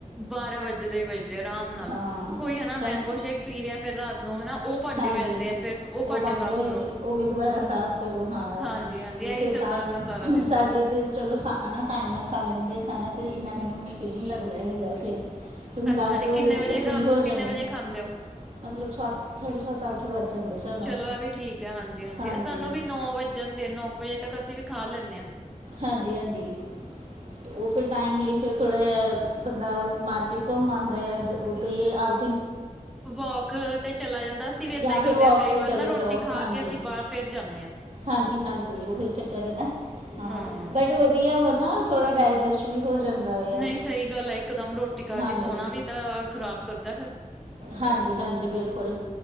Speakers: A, in the centre; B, on the right (about 55°).
A: ਬਾਰਾਂ ਵੱਜੇਦੇ ਈ ਵਜਦੇ ਅਰਾਮ ਨਾਲ
B: ਹਾਂ
A: ਕੋਈ ਹਨਾ
B: ਸਾ
A: ਮੈਂਗੋ ਸ਼ੇਕ ਪੀ ਰੇਆ ਫਿਰ ਰਾਤ ਤੋ ਹਨਾ ਓਹ ਭਾਂਡੇ
B: ਹਾਂਜੀ
A: ਹੋ ਜਾਂਦੇ ਆ, ਫਿਰ ਓਹ
B: ਉਹ
A: ਭਾਂਡੇ ਸਾਫ਼
B: ਹੋ ਜਾਂਦੇ
A: ਕਰੋ,
B: ਉਹ ਵੀ ਦੁਬਾਰਾ
A: ਬਸ
B: ਸਾਫ਼ ਕਰੋ ਹਾਂ
A: ਹਾਂਜੀ। ਜੀ ਹਾਂਜੀ
B: ਤੇ
A: ਏਹੀ
B: ਫਿਰ
A: ਚੱਲਦਾ
B: ਤਾਂ
A: ਰੈਂਦਾ ਸਾਰਾ ਦਿਨ।
B: ਸਾਡੇ ਤੇ ਚਲੋ ਸ ਹੈ ਨਾ ਟਾਈਮ ਨਾਲ ਖਾ ਲੈਂਦੇ ਖਾਣਾ, ਤਾਂ ਏਨਾ ਮੈਨੂੰ ਮੁਸ਼ਕਿਲ ਨਈ ਲੱਗਦਾ ਹੈਗਾ ਫੇਰ। ਫਿਰ ਮੈਂ
A: ਅੱਛਾ
B: ਦਸ
A: ਜੀ
B: ਵਜੇ
A: ਕਿੰਨੇ
B: ਤੱਕ ਫਰੀ
A: ਰਾਤ
B: ਹੋ
A: ਨੂੰ ਕਿੰਨੇ
B: ਜਾਂਨੀ
A: ਵਜੇ ਖਾਂਦੇ ਹੋ
B: ਮਤਲਬ ਸਤ ਸਾਢੇ ਸੱਤ ਅੱਠ ਵੱਜ ਜਾਂਦੇ ਸਾਨੂੰ
A: ਚਲੋ ਆ ਵੀ ਠੀਕ ਹੈ ਹਾਂਜੀ
B: ਹਾਂਜੀ।
A: ਸਾਨੂੰ ਵੀ ਨੌ ਵੱਜ ਜਾਂਦੇ, ਨੌ ਕ ਵਜੇ ਤੱਕ ਅਸੀਂ ਵੀ ਖਾ ਲੈਂਦੇ ਆ।
B: ਹਾਂਜੀ -ਹਾਂਜੀ। ਉਹ ਫਿਰ ਟਾਈਮਲੀ ਫਿਰ ਥੋੜ੍ਹਾ ਜਿਹਾ ਬੰਦਾ ਮਾਰਕੀਟ ਘੁੰਮ ਆਉਂਦਾ ਜਾਂ ਜ ਉੱਦਾਂ ਹੀ ਆਊਟ
A: ਵੋਕ ਤੇ ਚਲਾ ਜਾਂਦਾ ਅਸੀਂ ਵੀ ਏਦਾਂ
B: ਜਾਂ
A: ਹੀ
B: ਫਿਰ
A: ਕਰਦੇ
B: ਵੋਕ
A: ਹਾਂ ਕਈ
B: 'ਤੇ
A: ਵਾਰ
B: ਚਲੇ
A: ਨਾ
B: ਜਾਓ
A: ਰੋਟੀ ਖਾ
B: ਹਾਂਜੀ
A: ਕੇ ਅਸੀਂ ਬਾਹਰ ਫੇਰ ਜਾਂਨੇ ਆ
B: ਹਾਂਜੀ- ਹਾਂਜੀ ਓਹੀ ਚੱਕਰ ਹੈ ਨਾ ਹਾਂ,
A: ਹਮ
B: ਬਟ ਵਧੀਆ ਵਾ ਨਾ, ਥੋੜ੍ਹਾ ਡਾਇਜੈਸਟ ਵੀ ਹੋ ਜਾਂਦਾ। ਆ
A: ਨਈ ਸਹੀ ਗੱਲ ਐ, ਇੱਕ ਦਮ ਰੋਟੀ ਖਾ
B: ਹਾਂਜੀ
A: ਕੇ ਸੋਣਾ ਵੀ ਤਾਂ ਖ਼ਰਾਬ ਕਰਦਾ ਫੇਰ।
B: ਹਾਂਜੀ- ਹਾਂਜੀ ਬਿਲਕੁਲ